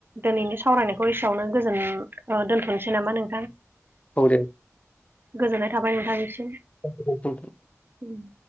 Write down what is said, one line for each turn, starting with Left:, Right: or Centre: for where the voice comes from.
Right: दिनैनि सावरायनायखौ एसेयावनो गोजोन औ दोनथ'नोसै नामा नोंथां?
Left: औ दे।
Right: गोजोननाय थाबाय नोंथांनिसिम।
Left: <unintelligible>
Right: उम उम